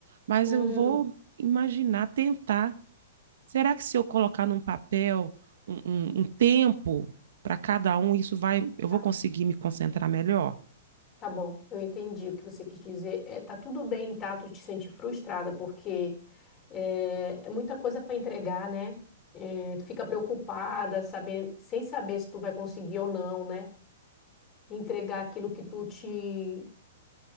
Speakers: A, on the right; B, on the left.
A: Mas
B: Hum,
A: eu vou imaginar, tentar. Será que se eu colocar num papel um, um, um tempo para cada um, isso vai, eu
B: tá,
A: vou conseguir me concentrar melhor?
B: tá bom, eu entendi o que você quis dizer. É, tá tudo bem, tá? Tu te sente frustrada, porque é, é muita coisa para entregar, né? É, tu fica preocupada, saber, sem saber se tu vai conseguir ou não, né? Entregar aquilo que tu te